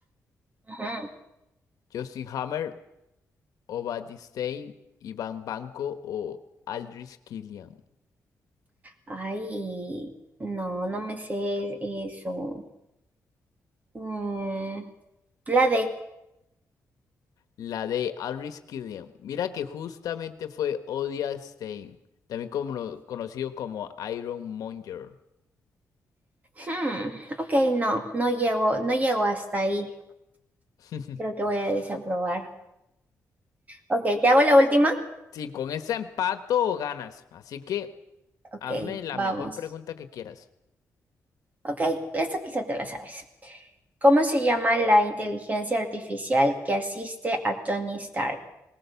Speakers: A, on the right (about 25°); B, on the left (about 80°).
A: Ajá.
B: ¿Justin Hammer, Obadiah Stane, Ivan Banco o Aldrich Killian?
A: Ay, no, no me sé eso. Mm, la D.
B: La de Aldrich Killian. Mira que justamente fue Odia Stein, también como- conocido como Iron Monger.
A: Hmm, ok, no, no llego, no llego hasta ahí.
B: <laughs>
A: Creo que voy a desaprobar. Ok, ¿te hago la última?
B: Sí, con este empato ganas. Así que
A: Ok,
B: hazme la
A: vamos.
B: mejor pregunta que quieras.
A: Ok, esta quizá te la sabes. ¿Cómo se llama la inteligencia artificial que asiste a Tony Stark?